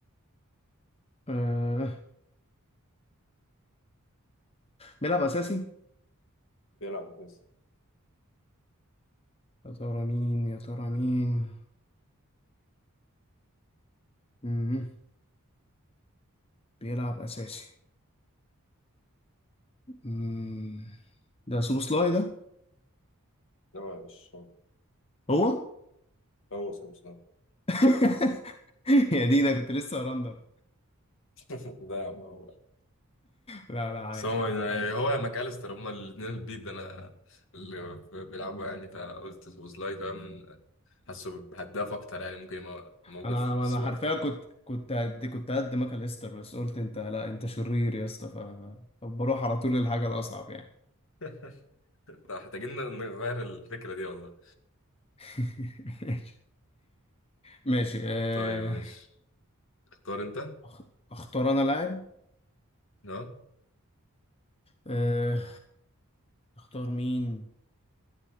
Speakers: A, on the left; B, on the left.
A: آه بيلعب اساسي
B: بيلعب اساسي
A: يا ترى مين يا ترى مين مم. بيلعب اساسي مم. ده سوبوسلاي ده
B: لا هو مش هو
A: هو
B: هو مش لا
A: <laughs> يا دي ده كنت لسه ارندر
B: <laughs> ده يا عم <laughs> هو
A: لا لا عايش
B: بس هو
A: عايش حلو
B: هو يا ماكاليستر هما الاثنين البيض انا اللي بيلعبوا يعني فقلت سوبوسلاي فاهم حاسه هداف اكتر يعني ممكن يبقى موجود
A: انا
B: في السوق
A: انا حرفيا
B: اكتر
A: كنت
B: يعني
A: كنت قد كنت قد ماكل استر بس قلت انت لا انت شرير يا اسطى ف- ف- فبروح على طول للحاجه الاصعب يعني
B: <laughs> محتاجين نغير الفكرة دي والله
A: <laughs> ماشي ماشي آه
B: طيب ماشي اختار انت
A: أخ- اختار انا لاعب
B: اه
A: أه... اختار مين